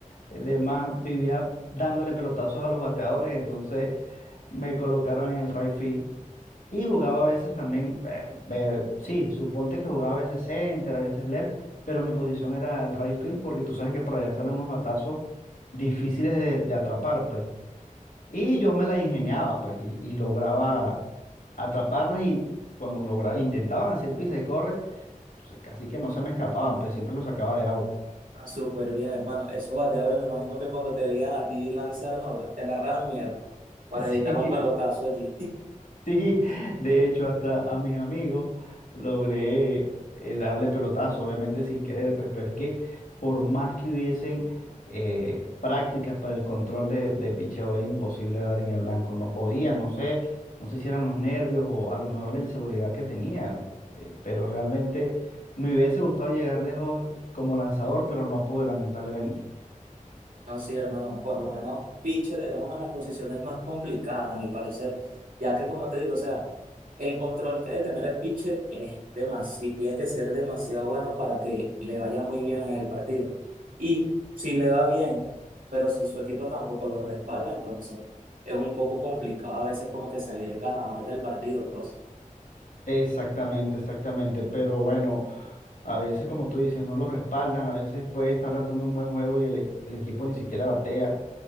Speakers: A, on the left (about 80°); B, on the right (about 85°).
A: Además, vivía dándole pelotazos a los bateadores, entonces me colocaron en el right field. Y jugaba a veces también, eh, eh, sí, suponte que jugaba a veces center, a veces left, pero mi posición era el right field porque tú sabes que para allá salen unos batazos difíciles de, de atrapar, pues. Y yo me la ingeniaba, pues, y, y lograba atraparlas y cuando lograba, intentaban hacer pisa y corre, pues, casi que no se me escapaban, pues siempre los sacaba de out.
B: Ah, súper bien, hermano. Eso va, de ahora me imagino que cuando te veían a ti lanzar, no, te agarraban miedo para
A: <laughs> Sí.
B: evitar un pelotazo allí. <laughs>
A: Sí, de hecho, hasta a mis amigos logré eh, darle pelotazo, obviamente sin querer, pues, pero es que por más que hubiesen eh, prácticas para el control de, de picheo, era imposible dar en el blanco, no podía, no sé, no sé si eran los nervios o a lo mejor la inseguridad que tenía, eh, pero realmente me hubiese gustado llegar lejos como lanzador, pero no pude, lamentablemente.
B: No, sí, hermano, por lo menos pitcher es una de las posiciones más complicadas, a mi parecer, ya que como te digo, o sea, el control que debe tener el pitcher es demasiado, tiene que ser demasiado bueno para que le vaya muy bien en el partido. Y si le va bien, pero si su equipo tampoco lo respalda, entonces es un poco complicado a veces como que salir ganador del partido, pues.
A: Exactamente, exactamente. Pero bueno, a veces, como tú dices, no los respaldan. A veces puede estar lanzando un buen juego y el, e- el equipo ni siquiera batea.